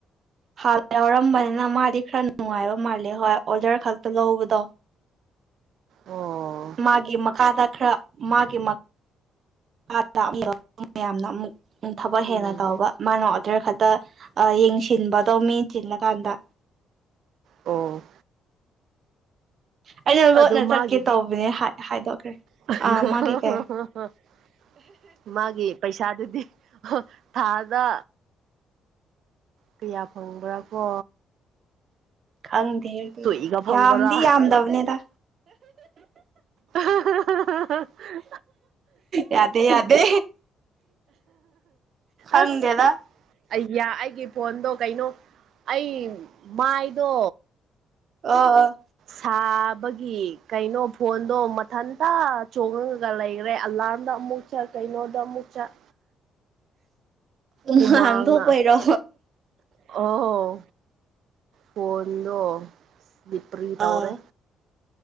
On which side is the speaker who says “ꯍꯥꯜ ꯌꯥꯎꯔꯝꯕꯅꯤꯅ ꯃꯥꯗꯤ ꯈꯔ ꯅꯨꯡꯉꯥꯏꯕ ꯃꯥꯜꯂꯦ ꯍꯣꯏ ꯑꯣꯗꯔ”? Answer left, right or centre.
Right